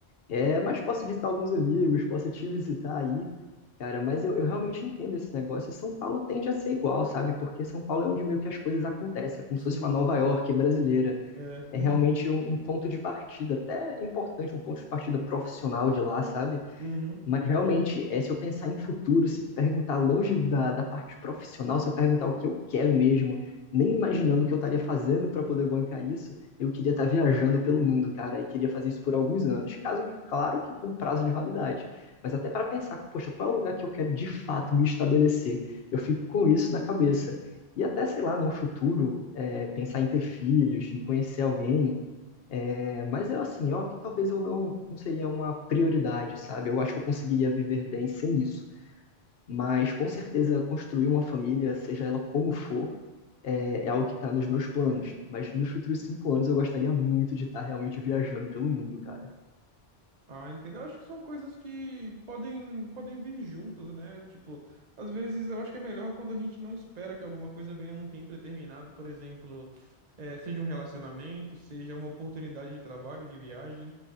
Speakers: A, on the left; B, on the right.
A: é, mas posso visitar alguns amigos, posso te visitar aí, cara. Mas eu, eu realmente entendo esse negócio e São Paulo tende a ser igual, sabe? Porque São Paulo é onde meio que as coisas acontecem, é como
B: sim,
A: se fosse uma Nova York brasileira
B: é.
A: é
B: <laughs>
A: realmente um, um ponto de partida, até é importante, um ponto de partida profissional de lá, sabe?
B: Uhum.
A: Mas realmente, é, se eu pensar em futuro, se perguntar longe da, da parte profissional, se eu perguntar o que eu quero mesmo, nem imaginando o que eu estaria fazendo para poder bancar isso, eu queria estar viajando pelo mundo, cara, e queria fazer isso por alguns anos. Caso que, claro que com prazo de validade, mas até para pensar, poxa, qual é o lugar que eu quero de fato me estabelecer? Eu fico com isso na cabeça. E até, sei lá, no futuro, é, pensar em ter filhos, em conhecer alguém, é, mas eu assim, eu que talvez eu não, não seria uma prioridade, sabe? Eu acho que eu conseguiria viver bem sem isso. Mas com certeza construir uma família, seja ela como for, é, é algo que está nos meus planos. Mas nos futuros cinco anos eu gostaria muito de estar realmente viajando pelo mundo, cara.
B: Ah, entendo. Eu acho que são coisas que podem, podem vir juntas, né? Tipo, às vezes eu acho que é melhor quando a gente não espera que alguma coisa venha num tempo determinado, por exemplo, eh, seja um relacionamento, seja uma oportunidade de trabalho, de viagem.